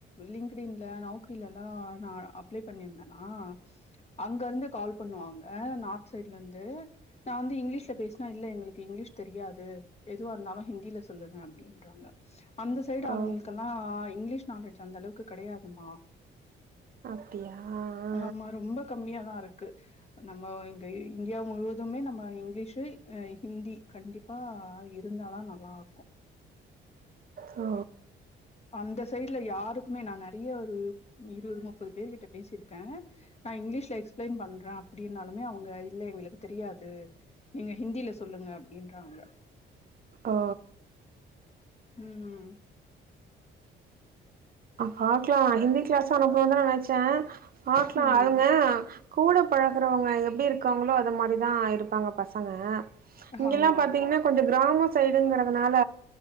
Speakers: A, on the left (about 35°); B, on the right (about 50°).
A: லிங்டுடின்ல நவ்க்கரிலல்லா நா அப்ளே பண்ணிருந்தேனா அங்க இருந்து கால் பண்ணுவாங்க நார்த் சைட்ல இருந்து நா வந்து இங்கிலீஷ்ல பேசுனா இல்ல எங்களுக்கு இங்கிலீஷ் தெரியாது எதுவா இருந்தாலு ஹிந்தில சொல்லுங்க அப்டின்றாங்க அந்த சைடு
B: ஓ
A: ஆளுங்கக்கெல்லா இங்கிலீஷ் நாலேஜ் அந்த அளவுக்கு கெடையாதும்மா
B: அப்டியா ஆ
A: ஆமா ரொம்ப கம்மியாதா இருக்கு நம்ம இங்க இந்தியா முழுவதுமே நம் ம இங்கிலீஷ் ஆ ஹிந்தி கண்டிப்பா இருந்தாதா நல்லாருக்கு
B: ஓ
A: அந்த சைட்ல யாருக்குமே நா நறிய ஒரு இருவது முப்பது பேர் கிட்ட பேசிர்க்கே நா இங்கிலீஷ்ல எக்ஸ்பிளைன் பண்றே அப்டின்னாலுமே அவுங்க இல்லை எங்ளுக்கு தெரியாது நீங்க ஹிந்தில சொல்லுங்க அப்டின்றாங்க
B: ஆ
A: ம்ம்
B: பாக்லா ஹிந்தி கிளாஸ் நா போய்ர்ந்த நா நனைச்சே பாக்லா
A: ம்
B: அதுங்க கூட பழக் கிறவ்ங்க எப்டி இருக்காங்ளோ அத மாரிதா இருப்பாங்க பசங்க இங்கில்லா
A: ஆமா
B: பாத்தீங்னா
A: ஆமா
B: கொஞ்ச கிராமோ சைடுங்கிறதுனால